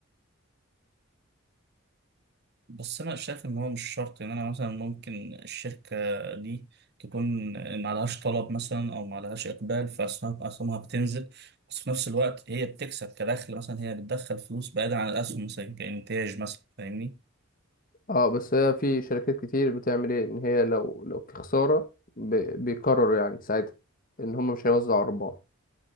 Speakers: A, on the right (about 50°); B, on the left (about 40°).
A: بس انا شايف ان هو مش شرط يعني انا مثلا ممكن الشركه دي تكون معلهاش طلب مثلا او معلهاش اقبال فاسهمها أسهمها بتنزل بس في نفس الوقت هي بتكسب كدخل مثلا هي بتدخل فلوس بعيدا عن الاسهم مثلا كانتاج مثلا فاهمني
B: اه بس هي في شركات كتير بتعمل ايه ان هي لو لو في خسارة ب- بيقرروا يعني ساعتها ان هم مش هيوزعوا ارباح